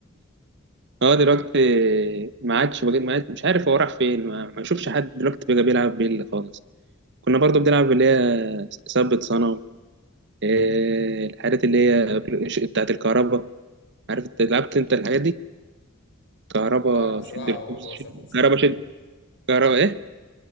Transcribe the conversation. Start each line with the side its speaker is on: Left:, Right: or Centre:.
Right: اه دلوقتي ما عادش بقيت ما عادش مش عارف هو راح فين ما ما اشوفش حد دلوقتي بقى بيلعب بيلي خالص كنا برضو بنلعب اللي هي ثبت صنم إيه الحاجات اللي هي بتاعت الكهرباء عارف انت لعبت انت الحاجات دي كهرباء
Left: أنا كنت عارف بصراحة
Right: شد الكوبس
Left: موضوع
Right: شد
Left: ثبت صنم
Right: كهرباء شد
Left: ده
Right: كهرباء ايه